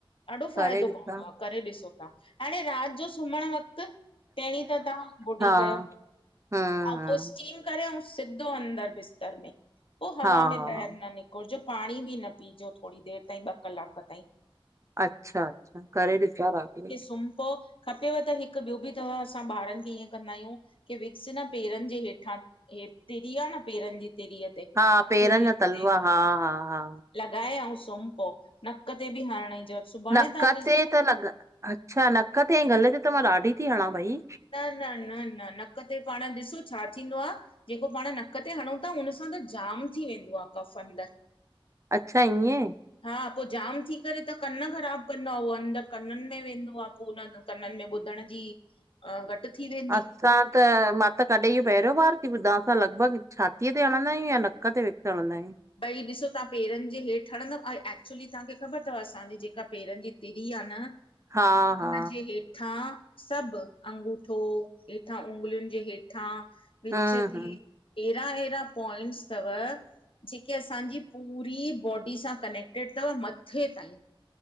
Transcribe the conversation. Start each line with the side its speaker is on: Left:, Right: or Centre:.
Left: ॾाढो फ़ाइदो
Right: करे ॾिसां
Left: पवंदव करे ॾिसो तव्हां। हाणे रात जो सुम्हण वक़्त पहरीं त तव्हां गुडी
Right: हा
Left: कयो
Right: हम्म
Left: ऐं
Right: हम्म
Left: पो स्टीम करेऊ सिधो अंदर बिस्तर में उ हवा
Right: हा
Left: में बैहिर न निक घुरजो पाणी बि न पीजो थोरी देर ताईं ॿ कलाक ताईं।
Right: अच्छा अच्छा करे ॾिसां रात जो
Left: सुंपो पव खपेय त हिक ॿियो बि तव असां ॿारन खे ईअं कंदा आहियूं की विक्स न पेरन जे हेठां हे तिरी आह न पेरन जी तिरीअ ते
Right: हा पेरन
Left: तिरीअ
Right: जा तलवा
Left: ते
Right: हा हा हा
Left: लॻाए अऊं सुम पो नक ते बि हण जो सुभाणे
Right: नक
Left: तव्हां ॾिसजो
Right: ते त अच्छा नक ते गले ते त मा ॾाढी थी हणा भई।
Left: न न न न नक ते पाण ॾिसो छा थींदो आह जेको पाण नक ते हणूं ता हुन सां त जाम थी वेंदो आह कफ अंदर।
Right: अच्छा इएं।
Left: हा पो जाम थी करे त कन ख़राब कंदो आह उहो अंदर कनन में वेंदो आह पो हुन जो कनन में ॿुधण जी अ घट थी वई
Right: असां त म त कॾहिं इहो पहरियों बार थी ॿुधां असां लॻभॻ छ छातीअ ते हणदायूं या नक ते विक्स हला आहियूं।
Left: भई ॾिसो तव्हां पेरन जे हेठि हणंदव ऐं एक्चुली तव्हांखे ख़बर अथव असांजी जेका पेरन जी तिरी आहे न
Right: हा
Left: हुनजे
Right: हा
Left: हेठ हेठां सभ अंगूठो हेठां उंगलियुन जे हेठां विच
Right: हम्म
Left: ते
Right: हम्म
Left: एड़ा एड़ा पॉइंट्स तव जेके असांजी पूरी बॉडी सां कनेक्टेड थव मथे ताईं।